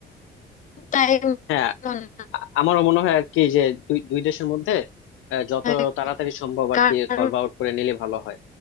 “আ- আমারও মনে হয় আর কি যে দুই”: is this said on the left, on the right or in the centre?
Left